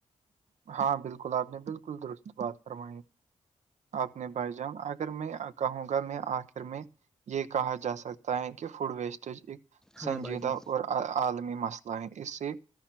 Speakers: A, on the right; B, in the centre.
A: ہاں بالکل آپ نے بالکل درست بات فرمائی آپ نے بھائی جان اگر میں کہوں گا میں آخر میں یہ کہا جا سکتا ہے کہ فوڈ ویسٹیج ایک
B: ہاں
A: سنجی
B: بھائی جان
A: دا اور <unintelligible> عالمی مسئلہ ہے اس سے